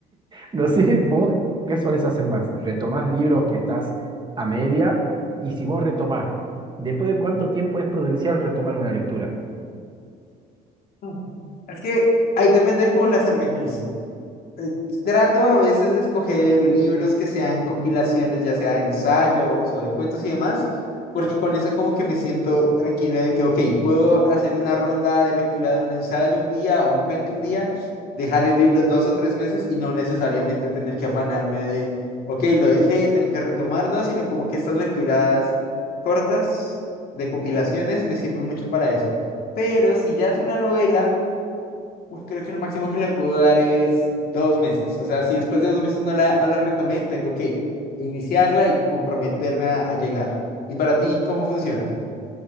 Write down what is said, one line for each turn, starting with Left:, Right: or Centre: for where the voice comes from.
Right: No sé, vos, ¿qué solés hacer más? ¿Retomás libros que estás a media? Y si vos retomás, ¿después de cuánto tiempo es prudencial retomar una lectura?
Left: Mm. Es que ahí depende de cómo las organizo. eh, Trato a veces de escoger libros que sean compilaciones, ya sea de ensayos o de cuentos y demás, porque con eso como que me siento tranquila de que, ok, puedo hacer una ronda de lectura de un ensayo un día o un cuento un día, dejar el libro dos o tres meses y no necesariamente tener que afanarme de, ok, lo dejé, tengo que retomar, no, sino como que estas lecturas cortas de compilaciones me sirven mucho para eso. Pero si ya es una novela Uf, creo que el máximo que le puedo dar es dos meses. O sea, si después de dos meses no la, no la retomé, tengo que iniciarla y comprometerme a, a llegar. ¿Y para ti cómo funciona?